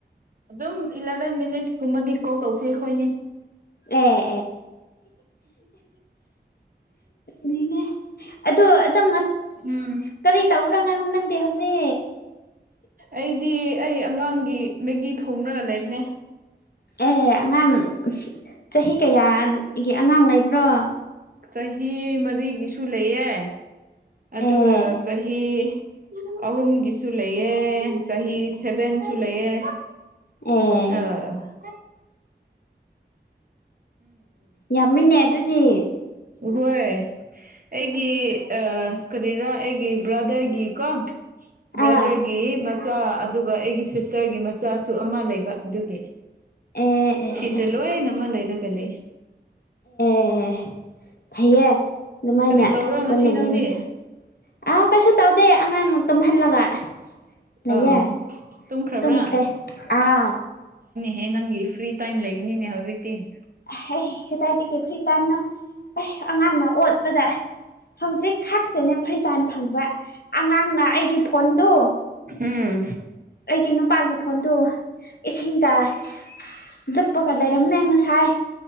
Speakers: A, on the right; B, on the left.
A: ꯑꯗꯨꯝ ꯏꯂꯕꯦꯟ ꯃꯤꯠ ꯀꯨꯝꯕꯗꯤ ꯀꯣꯜ ꯇꯧꯁꯤꯦ ꯑꯩꯈꯣꯏꯅꯤ
B: ꯑꯦ ꯑꯦꯅꯦ ꯑꯗꯣ ꯑꯗꯨꯝ
A: ꯎꯝ
B: ꯀꯔꯤ ꯇꯧꯔ ꯉ ꯅꯪ ꯗ ꯍꯧꯁꯦ
A: ꯑꯩꯗꯤ ꯑꯩ ꯑꯉꯥꯡꯒꯤ ꯃꯦꯒꯤ ꯊꯣꯡꯅꯒ ꯂꯩꯕꯅꯦ
B: ꯑꯦ ꯑꯉꯥꯡ ꯆꯍꯤ ꯀꯌꯥꯒꯤ ꯑꯉꯥꯡ ꯂꯩꯕ꯭ꯔꯣ
A: ꯆꯍꯤ ꯃꯔꯤꯒꯤꯁꯨ ꯂꯩꯌꯦ ꯑꯗꯨꯒ
B: ꯑꯦ
A: ꯆꯍꯤ ꯑꯍꯨꯝꯒꯤꯁꯨ ꯂꯩꯌꯦ ꯆꯍꯤ ꯁꯦꯚꯦꯟꯁꯨ ꯂꯩꯌꯦ
B: ꯑꯦ
A: ꯑꯥ ꯀ
B: ꯌꯥꯝꯃꯤꯟꯅ ꯑꯗꯨꯗꯤ
A: ꯍꯣꯏ ꯑꯩꯒꯤ ꯑ ꯀꯔꯤꯅꯣ ꯑꯩꯒꯤ ꯕ꯭ꯔꯥꯗꯔꯒꯤ ꯀꯣ
B: ꯑꯥ
A: ꯭ꯔꯗꯔꯒꯤ ꯃ ꯃꯆꯥ ꯑꯗꯨꯒ ꯑꯩꯒꯤ ꯁꯤꯁꯇꯔꯒꯤ ꯃꯆꯥꯁꯨ ꯑꯃ ꯂꯩꯕ ꯑꯗꯨꯒꯤ
B: ꯑꯦ ꯑꯦ
A: ꯁꯤꯗ
B: ꯑꯦ
A: ꯂꯣꯏꯅ ꯑꯃ ꯂꯩꯔꯒ ꯀ ꯂꯩ
B: ꯑꯦ ꯐꯩꯌꯦ ꯑꯗꯨꯃꯥꯏꯅ
A: ꯀꯔꯤ ꯇꯧꯕ꯭ꯔꯥ
B: ꯄꯨꯟꯅ
A: ꯉꯁꯤ ꯅꯪꯗꯤ
B: ꯂꯩꯃꯤꯟꯅ ꯑ ꯀꯩꯁꯨ ꯇꯧꯗꯦ ꯑꯉꯥꯡ ꯇꯨꯝꯍꯜꯂꯒ ꯂꯩꯌꯦ
A: ꯑ ꯇꯨꯝꯈ꯭ꯔꯕ꯭ꯔꯥ
B: ꯇꯨꯝꯈ꯭ꯔꯦ ꯑꯥꯎ
A: ꯍꯦ ꯅꯪꯒꯤ ꯐ꯭ꯔꯤ ꯇꯥꯏꯝ ꯂꯩꯒꯅꯤꯅꯦ ꯍꯧꯖꯤꯛ <unintelligible>
B: ꯍꯗꯥꯗꯤꯗꯒꯤ ꯐꯔꯤ ꯇꯟꯅꯣ ꯑ ꯑꯉꯝ ꯑꯣꯠꯄꯗ ꯍꯧꯖꯤꯛ ꯈꯥꯛꯇꯅꯦ ꯐ꯭ꯔꯤ ꯇꯥꯏꯝ ꯐꯪꯕ ꯑꯉꯥꯡꯅ ꯑꯩꯒꯤ ꯐꯣꯟꯗꯨ
A: ꯎꯝ
B: ꯑꯩꯒꯤ ꯃꯄꯥꯥꯟꯒꯤ ꯐꯣꯟꯗꯨ ꯏꯁꯤꯡ ꯇꯥꯏꯦ ꯂꯨꯞꯄꯒ ꯂꯩꯔꯝꯃꯦ ꯉꯁꯥꯏ